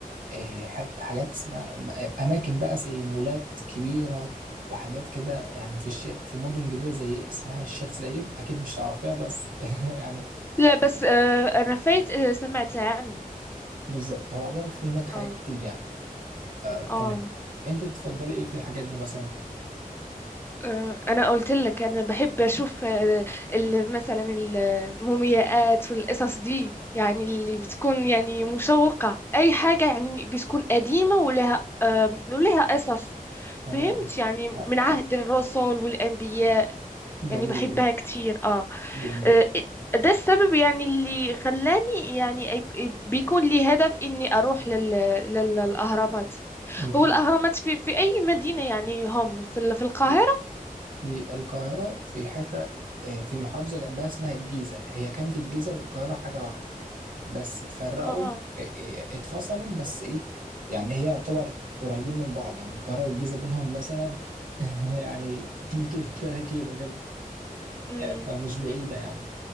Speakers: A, on the right (about 65°); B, on the left (about 15°).
A: إيه، حاج- حاجات اسمها م- اماكن بقى زي مولات كبيره وحاجات كده يعني في الشيخ في مدن جديده زي اسمها الشيخ زايد اكيد مش تعرفيها بس <laughs> يعني
B: لا بس آه انا فايت آه، سمعت عنه
A: بالظبط هو عموما في هناك حاجات
B: اه
A: كتير يعني آه تمام
B: اه
A: انت بتفضلي ايه في الحاجات دي مثلا
B: آه، انا قلت لك انا بحب اشوف آه، ال- مثلا المومياءات والقصص دي يعني اللي بتكون يعني مشوقة اي حاجة يعني بتكون قديمة ولها آه، ولها قصص
A: تمام
B: فهمت يعني من
A: ح-
B: عهد
A: ح-
B: الرسل والانبياء
A: جميل
B: يعني بحبها
A: جدا
B: كتير اه
A: جميل
B: آه، ده السبب يعني اللي خلاني يعني أي- بيكون لي هدف اني اروح لل... لل- للاهرامات
A: جميل
B: هو الاهرامات في في اي مدينة يعني هم في ال- في القاهرة
A: في في القاهره في حته آه، في محافظه جنبها اسمها الجيزه هي كانت الجيزه والقاهره حاجه واحده بس اتفرقوا
B: اه
A: إيه إيه، اتفصلوا بس ايه يعني هي يعتبر قريبين من بعض يعني القاهرة والجيزة بينهم مثلا <laughs> يعني 2 كيلو 3 كيلو كده
B: امم
A: آه، فمش بعيدة يعني